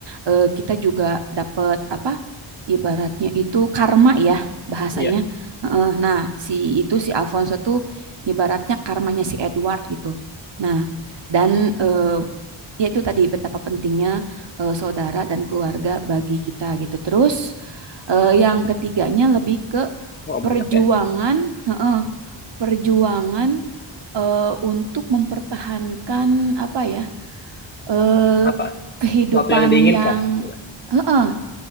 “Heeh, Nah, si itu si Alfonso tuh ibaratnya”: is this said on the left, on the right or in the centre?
Right